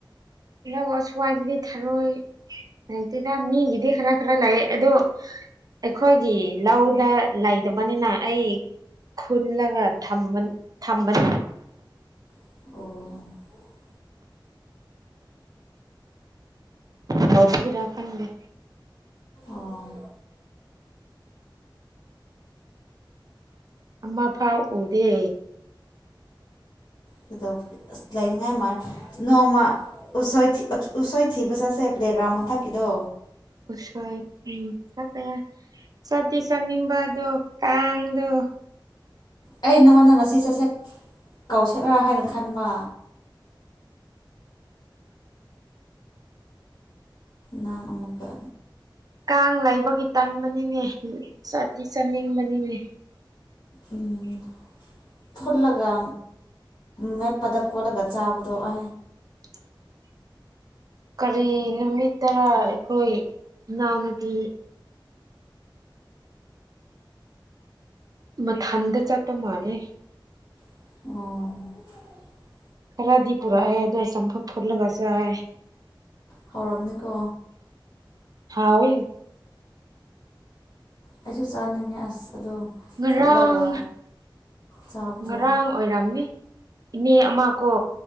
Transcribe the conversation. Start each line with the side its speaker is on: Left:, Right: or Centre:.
Right: ꯗ ꯑꯁꯋꯥꯏꯗꯗꯤ ꯊꯥꯔꯣꯏ ꯂꯩꯇꯗ ꯃꯤꯒꯤꯗꯤ ꯈꯔ ꯈꯔ ꯂꯥꯛꯑꯦ ꯑꯗꯣ ꯑꯩꯈꯣꯏꯒꯤ ꯂꯧꯗ ꯂꯩꯇꯕꯅꯤꯅ ꯑꯩ ꯈꯨꯟꯂꯒ ꯊꯝꯕꯟ ꯊꯝꯕꯟ
Left: ꯑꯣ
Right: ꯇꯕꯨꯒꯤꯔꯈꯪꯒꯦ
Left: ꯑꯣ
Right: ꯑꯝꯃ ꯐꯥꯎ ꯎꯗꯦ
Left: ꯀꯩꯗꯧꯕ ꯑꯁ ꯂꯩꯅꯤꯡꯉꯥꯏ ꯃꯥꯅ ꯅꯣꯡꯃ ꯎ ꯎꯁꯣꯏꯊꯤꯕ ꯆꯠꯁꯦ ꯄ꯭ꯂꯦꯒ꯭ꯔꯥꯎꯟ ꯃꯊꯛꯀꯤꯗꯣ
Right: ꯎꯁꯣꯏ ꯎꯝ ꯆꯄ ꯁꯁ ꯅꯤꯡꯝꯕ ꯑꯗꯨ ꯀꯥꯡꯗꯨ
Left: ꯑꯩ ꯅꯪꯉꯣꯟꯗ ꯉꯁꯤ ꯆꯠꯁꯦꯛ ꯀꯧꯁꯠꯂꯥ ꯍꯥꯏꯅ ꯈꯟꯕ ꯅꯪ ꯑꯃꯨꯛꯀ
Right: ꯀꯥꯡ ꯂꯩꯕꯒꯤ ꯇꯟꯕꯅꯤꯅꯦ ꯆꯗꯤ ꯆꯥꯅꯤꯡꯕꯅꯤꯅꯦ ꯎ
Left: ꯎꯝ ꯐꯨꯠꯂꯒ ꯃꯦꯞꯄꯗ ꯀꯣꯠꯂꯒ ꯆꯥꯕꯗꯣ ꯑ
Right: <inaudible> ꯀꯔꯤ ꯅꯨꯃꯤꯠ ꯇꯔꯥ ꯑꯩꯈꯣꯏ ꯏꯅꯥꯎꯅꯨꯄꯤ ꯃꯊꯟꯗ ꯆꯠꯄ ꯃꯥꯜꯂꯦ
Left: ꯑꯣ
Right: ꯈꯔꯗꯤ ꯄꯨꯔꯛꯑꯦ ꯑꯗꯣ ꯆꯝꯐ ꯐꯨꯜꯂꯒ ꯆꯥꯏ
Left: ꯍꯧꯔꯝꯅꯤꯀꯣ
Right: ꯍꯥꯎ ꯑꯣꯏꯣꯏ
Left: ꯑꯩꯁꯁꯨ ꯁꯥꯟꯅꯤ ꯑꯁ ꯑꯗꯣ
Right: ꯉꯔꯥꯡ
Left: ꯐꯨꯠꯂꯒ ꯆꯥꯕꯗꯣ
Right: ꯉꯔꯥꯡ ꯑꯣꯏꯔꯝꯅꯤ ꯏꯅꯦ ꯑꯃ ꯀꯣ